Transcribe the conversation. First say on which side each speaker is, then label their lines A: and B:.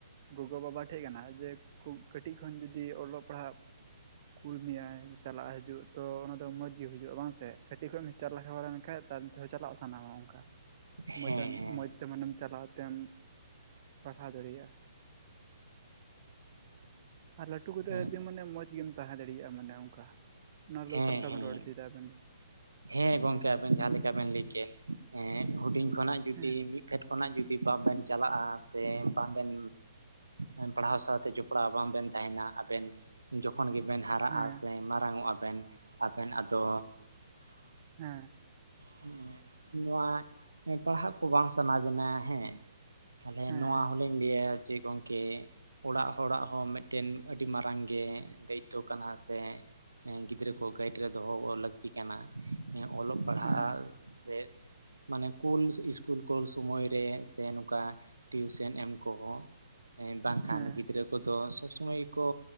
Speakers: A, on the right (about 40°); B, on the right (about 85°).
A: ᱜᱚᱜᱚ ᱵᱟᱵᱟ ᱴᱷᱮᱡ ᱠᱟᱱᱟ ᱡᱮ ᱠᱷᱩᱵ ᱠᱟᱹᱴᱤᱡ ᱠᱷᱚᱱ ᱡᱩᱫᱤ ᱚᱞᱚᱜ ᱯᱟᱲᱦᱟᱜ ᱠᱩᱞ ᱢᱮᱭᱟᱭ ᱪᱟᱞᱟᱜ ᱦᱤᱡᱩᱜ ᱛᱚ ᱚᱱᱟᱫᱚ ᱢᱚᱸᱡᱽ ᱜᱮ ᱦᱩᱭᱩᱜᱼᱟ ᱵᱟᱝ ᱥᱮ ᱠᱟᱹᱴᱤᱡ ᱠᱷᱚᱡ ᱮᱢ ᱪᱟᱞᱟ ᱞᱮᱱᱠᱷᱟᱱ ᱛᱟᱨ ᱪᱟᱞᱟᱜ ᱥᱟᱱᱟᱣᱟ ᱚᱱᱠᱟ
B: ᱦᱮᱸ
A: ᱢᱚᱡᱽ
B: ᱦᱮᱸ
A: ᱢᱚᱡᱽ ᱛᱮ ᱢᱟᱱᱮᱢ ᱪᱟᱞᱟᱣ ᱛᱮᱢ ᱯᱟᱲᱦᱟᱣ ᱫᱟᱲᱮᱭᱟᱜᱼᱟ ᱟᱨ ᱞᱟᱹᱴᱩ ᱠᱟᱛᱮ
B: ᱦᱮᱸ ᱦᱮᱸ
A: ᱢᱟᱱᱮ ᱢᱚᱸᱡᱽ ᱜᱮᱢ ᱛᱟᱦᱮᱸ ᱫᱟᱲᱮᱭᱟᱜᱼᱟ ᱢᱟᱱᱮ ᱚᱝᱠᱟ ᱚᱱᱟᱫᱚ
B: ᱦᱮᱸ
A: ᱚᱠᱟ ᱞᱮᱠᱟ
B: ᱦᱮᱸ
A: ᱵᱮᱱ ᱨᱚᱲ ᱚᱪᱚᱭᱮᱫᱟ ᱟᱵᱮᱱ ᱫᱚ
B: ᱦᱮᱸ ᱜᱚᱝᱠᱮ ᱟᱵᱤᱱ ᱡᱟᱦᱟᱸ
A: ᱦᱩᱸ
B: ᱞᱮᱠᱟ ᱵᱤᱱ ᱞᱟᱹᱭ ᱠᱮᱫ ᱦᱮ ᱦᱩᱰᱤᱧ ᱠᱷᱚᱱᱟᱜ ᱡᱩᱫᱤ
A: ᱦᱮᱸ
B: ᱢᱤᱫ ᱯᱷᱮᱰ ᱠᱷᱚᱱᱟᱜ ᱡᱩᱫᱤ ᱵᱟᱝᱵᱮᱱ ᱪᱟᱞᱟᱜᱼᱟ ᱥᱮ ᱵᱟᱝᱵᱮᱱ ᱮᱸᱜ ᱯᱟᱲᱦᱟᱣ ᱥᱟᱶᱛᱮ ᱡᱚᱯᱲᱟᱣ ᱵᱟᱝ ᱵᱮᱱ ᱛᱟᱦᱮᱸᱱᱟ ᱟᱵᱮᱱᱼᱼ ᱡᱚᱠᱷᱚᱱ ᱜᱮᱵᱮᱱ ᱦᱟᱨᱟᱜ-ᱟ
A: ᱦᱮᱸ
B: ᱥᱮ ᱢᱟᱨᱟᱝᱚᱜ-ᱟ ᱵᱮᱱ ᱟᱵᱮᱱ ᱟᱫᱚᱼᱼ
A: ᱦᱮᱸ᱾
B: ᱦᱮᱸ ᱱᱚᱶᱟ ᱮᱸ ᱯᱟᱲᱦᱟᱜ ᱠᱚ ᱵᱟᱝ ᱥᱟᱱᱟ ᱵᱮᱱᱟ ᱦᱮᱸ ᱛᱟᱦᱚᱞᱮ
A: ᱦᱮᱸ
B: ᱱᱚᱶᱟ ᱦᱚᱸ ᱞᱤᱧ ᱞᱟᱹᱭᱟ ᱡᱮ ᱜᱚᱝᱠᱮᱼᱼ ᱚᱲᱟᱜ ᱦᱚᱲᱟᱜ ᱦᱚᱸ ᱢᱮᱫᱴᱮᱱ ᱟᱹᱰᱤ ᱢᱟᱨᱟᱝ ᱜᱮ ᱫᱟᱹᱭᱤᱛᱛᱚ ᱠᱟᱱᱟ ᱥᱮᱼᱼ ᱦᱮᱸ ᱜᱤᱫᱽᱨᱟᱹ ᱠᱚ ᱜᱟᱭᱤᱰ ᱨᱮ ᱫᱚᱦᱚ ᱞᱟᱹᱠᱛᱤ ᱠᱟᱱᱟ ᱮᱸ ᱚᱞᱚᱜ ᱯᱟᱲᱦᱟᱜ
A: ᱦᱮᱸ
B: ᱨᱮ ᱢᱟᱱᱮ ᱠᱩᱞ ᱤᱥᱠᱩᱞ ᱠᱳᱞ ᱥᱚᱢᱚᱭ ᱨᱮ ᱥᱮ ᱱᱚᱝᱠᱟᱼᱼ ᱴᱤᱭᱩᱥᱮᱱ ᱮᱢ ᱠᱚᱦᱚᱸ ᱮᱸ ᱵᱟᱝᱠᱷᱟᱱ
A: ᱦᱮᱸ
B: ᱜᱤᱫᱽᱨᱟᱹ ᱠᱚᱫᱚ ᱥᱚᱵᱽ ᱥᱚᱢᱚᱭ ᱜᱮ ᱠᱚᱼᱼ